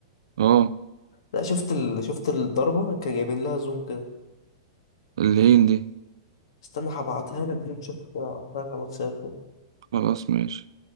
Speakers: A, on the right (about 75°); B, on the left (about 70°).
A: اه
B: لا شفت ال... شفت الضربة كان جايبين لها زوم كده
A: اللين دي
B: استنى هبعتها لك تشوفها كده، هبعتها لك على الواتساب
A: خلاص ماشي